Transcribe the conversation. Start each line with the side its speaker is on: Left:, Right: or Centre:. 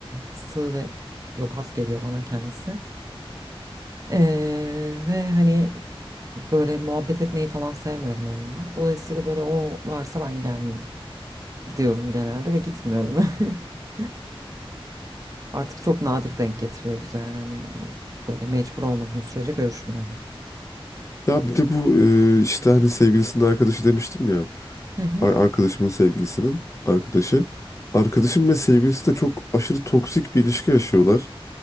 Right: sığ ve yobaz geliyor bana kendisi. Ee, ve hani böyle muhabbet etmeyi falan sevmiyorum onunla. Dolayısıyla böyle o varsa ben gelmeyeyim diyorum genelde ve gitmiyorum. <laughs> Artık çok nadir denk getiriyoruz yani hani böyle mecbur olmadığım sürece görüşmüyorum.
Left: Ya bir de bu e, işte hani sevgilisinin arkadaşı demiştim ya.
Right: Hı hı
Left: Ar- Arkadaşımın sevgilisinin arkadaşı. Arkadaşım ve sevgilisi de çok aşırı toksik bir ilişki yaşıyorlar.